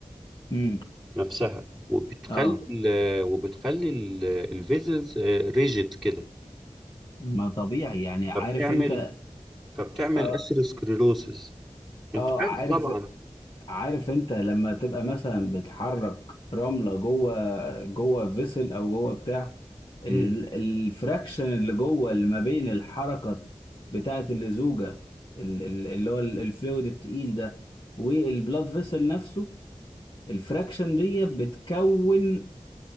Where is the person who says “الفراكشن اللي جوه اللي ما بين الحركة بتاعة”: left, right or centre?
Left